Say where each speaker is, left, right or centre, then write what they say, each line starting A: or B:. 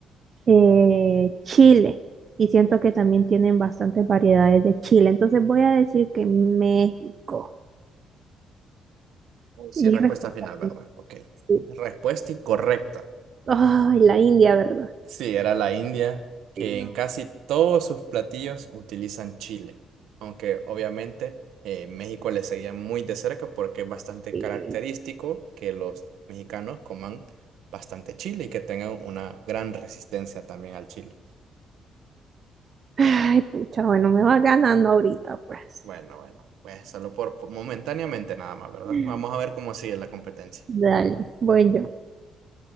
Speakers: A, on the right; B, on the right.
A: eh, chile y siento que también tienen bastantes variedades de chile. Entonces voy a decir que México.
B: Sí,
A: Mi
B: respuesta
A: respuesta
B: final, ¿verdad?
A: es
B: Ok.
A: sí.
B: Respuesta incorrecta.
A: Ay, la India, ¿verdad?
B: Sí, era la India, que
A: Sí, No.
B: en casi todos sus platillos utilizan chile, aunque obviamente eh, México le seguía muy de cerca porque es bastante
A: sí.
B: característico que los mexicanos coman bastante chile y que tengan una gran resistencia también al chile.
A: Ay, pucha, bueno, me va ganando ahorita, pues.
B: Bueno, bueno, pues solo por por momentáneamente nada más, ¿verdad?
A: <laughs>
B: Vamos a ver cómo sigue la competencia.
A: Dale, voy yo.